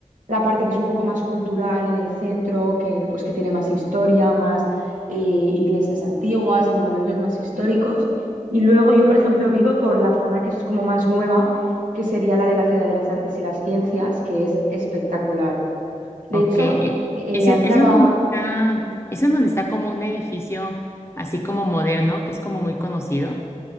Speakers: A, on the right; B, on the left.
A: la parte que es un poco más cultural en el centro, que pues que tiene más historia, más eh, iglesias antiguas y monumentos más históricos. Y luego yo, por ejemplo, vivo por la zona que es como más nueva, que sería la de la Ciudad de las Artes y las Ciencias, que es espectacular. De
B: Ok,
A: hecho,
B: e-
A: eh,
B: es en,
A: han grabado
B: es en donde está, es en donde está como un edificio así como moderno, que es como muy conocido.